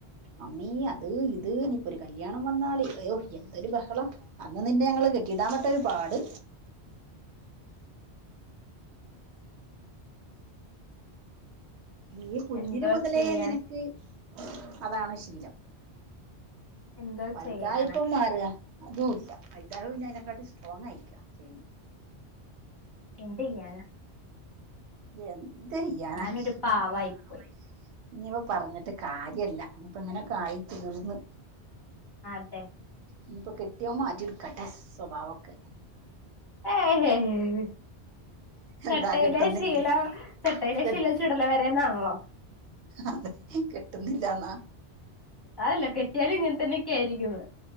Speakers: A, on the right; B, on the left.
A: അമ്മീ അത് ഇത് ഇനിപ്പോ ഒരു കല്യാണം വന്നാല് അയ്യോ എന്തൊരു ബഹളം. അന്ന് നിന്നെ ഞങ്ങള് കെട്ടിയിടാൻ പെട്ട ഒരു പാട്. നീ കുഞ്ഞില്
B: എന്തോ
A: മുതലേ
B: ചെയ്യാൻ
A: നിനക്ക് അതാണ് ശീലം.
B: എന്തോ
A: വൽതായപ്പം
B: ചെയ്യാനാ
A: മാറാ. അതൂല്ല വൽതായെപ്പം പിന്നെ അതിനെക്കാട്ടി സ്ട്രോങ്ങ് ആയക്കാ ചെയ്
B: എന്ത്യ്യാനാ?
A: എന്തേയ്യാനാ?
B: ഞാനൊരു
A: <inaudible>
B: പാവായി പോയി
A: ഇനിയിപ്പം പറഞ്ഞിട്ട് കാര്യല്ല ഇനിപ്പ ങ്ങനെയൊക്കെ ആയി തീർന്ന്.
B: ട്ടെ
A: ഇനിയിപ്പോ കെട്ട്യോൻ മാറ്റിയെട്ക്കട്ടെ സ്വഭാവൊക്കെ.
B: ഏഹേ ഹേ ചട്ടയിലെ
A: എന്താ കെട്ടുന്നില്ലേ
B: ശീല ചട്ടയിലെ
A: കെ
B: ശീല ചുടല വരെന്നാൺല്ലോ.
A: അതെ കിട്ട്ന്നില്ലാന്നാ.
B: ആഅല്ല കെട്ട്യാലും ഇങ്ങൻ തന്നെ ക്യായിരിക്യുന്ന്